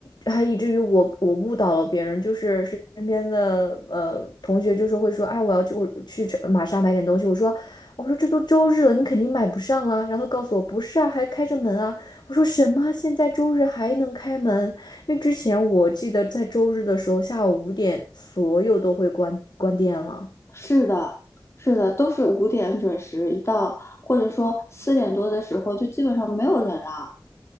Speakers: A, on the left; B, on the left.
A: 还以至于我我误导了别人，就是身边的呃同学就是会说，哎，我要去我去这玛莎买点东西，我说我说这都周日了，你肯定买不上了。然后他告诉我不是啊，还开着门啊。我说什么？现在周日还能开门？因为之前我记得在周日的时候下午五点所有都会关关店了。
B: 是的，是的，都是五点准时，一到或者说四点多的时候，就基本上没有人了，